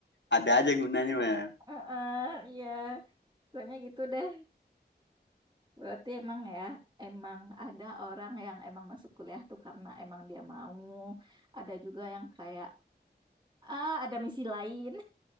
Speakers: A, on the left (about 90°); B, on the right (about 25°).
A: ada aja gunanya ya.
B: Heeh, iya, soalnya gitu deh. Berarti emang ya, emang ada orang yang emang masuk kuliah tuh karena emang dia mau, ada juga yang kayak ah ada misi lain.